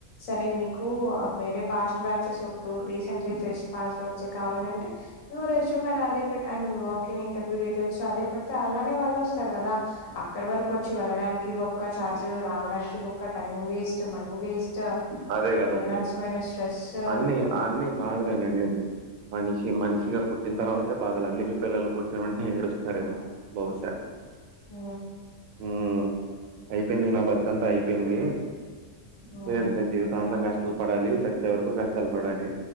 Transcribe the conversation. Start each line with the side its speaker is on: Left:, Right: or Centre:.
Left: సరే మీకు వేరే పాస్ ట్యూచెస్ వొద్దు రీసెంట్లీ ఫ్రెష్ పాస్డ్ ఔట్సె కావాలంటే నువ్వు రెజ్యూమే అదే పెట్ I mean walk in interview details అదే పెడితే అలానే వాళ్ళు వస్తారు కదా అక్కడ వరకు వచ్చి వెళ్ళడానికి బొక్క ఛార్జీలు రావడానికి బొక్క టైం వేస్ట్ మనీ వేస్ చ
Right: అదే కదండి
Left: అనవసరమైన స్ట్రెస్సు
Right: అన్ని అన్ని బాధలేనండి మనిషి మనిషిగా పుట్టి ఇంత తర్వాతే బాధలు అందుకే పిల్లలు పుట్టిన వెంటనే ఏడుస్తారేమో బహుశా
Left: ఉ
Right: ఊ అయిపోయింది నా బతుకంతా అయిపోయింది
Left: హ్మ్
Right: ఏంది జీవితాంతం కష్టాలు పడాలి చచ్చే వరకు కష్టాలు పడాలి